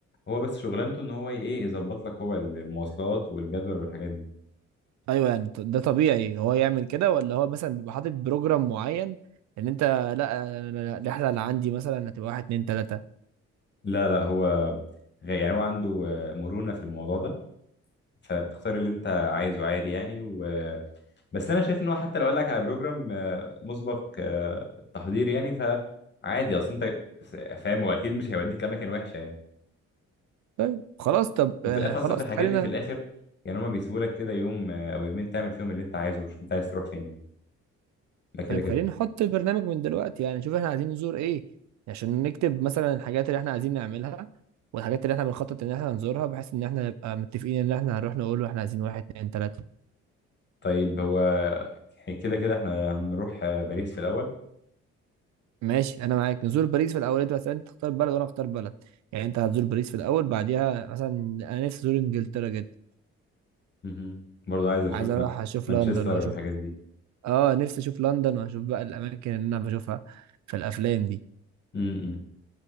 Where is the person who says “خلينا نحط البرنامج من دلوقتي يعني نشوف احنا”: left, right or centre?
Right